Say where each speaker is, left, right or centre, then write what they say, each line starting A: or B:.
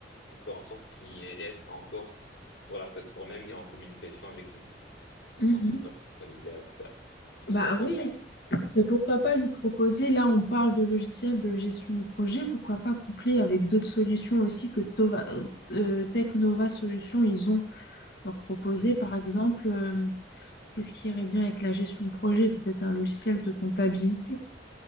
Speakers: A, on the left; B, on the left.
A: faire en sorte qu'ils restent encore sur la plateforme même et en communication avec nous.
B: bien.
A: Je pense que ce serait peut-être l'idée à faire. Je sais pas
B: Bah
A: ce que t'en
B: oui,
A: penses.
B: et pourquoi pas lui proposer, là on parle de logiciels de gestion de projet, pourquoi pas coupler avec d'autres solutions aussi que Tova- euh, Technova Solutions, ils ont leur proposé,
A: Mhm.
B: par exemple, euh, qu'est-ce qui irait bien avec la gestion de projet, peut-être un logiciel de comptabilité